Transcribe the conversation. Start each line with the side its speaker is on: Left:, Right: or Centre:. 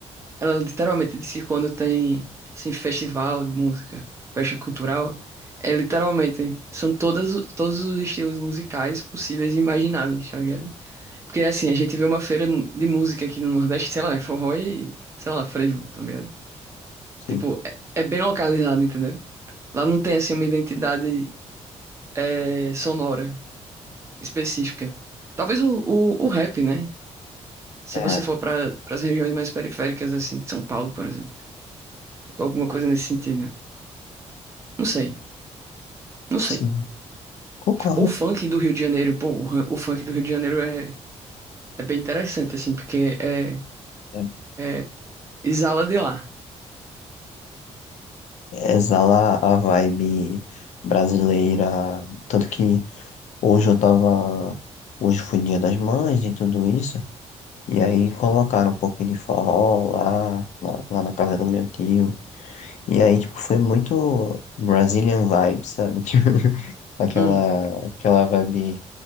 Right: Ela literalmente disse que quando tem, assim, festival de música, festa cultural, é literalmente, são todas, todos os estilos musicais possíveis e imagináveis, tá ligado? Porque, assim, a gente vê uma feira mu- de música aqui no Nordeste, sei lá, é forró e, sei lá, frevo, tá ligado?
Left: sim,
Right: Tipo, é, é bem localizado, entendeu? Lá não tem, assim, uma identidade é, sonora específica. Talvez o, o, o rap, né? Se
Left: é,
Right: você for para as regiões mais periféricas, assim, de São Paulo, por exemplo. Alguma coisa nesse sentido, né? Não sei, não sei.
Left: sim, concordo.
Right: Ou funk do Rio de Janeiro, pô, o, ran- o funk do Rio de Janeiro é, é bem interessante, assim, porque é,
Left: É,
Right: é, exala de lá.
Left: Exala a vibe brasileira, tanto que hoje eu tava, hoje foi Dia das Mães e tudo isso, e aí colocaram um pouquinho de forró lá, lá, lá na casa do meu tio, e aí, tipo, foi muito Brazilian vibes, sabe? <laughs> Aquela,
Right: Hum.
Left: aquela vibe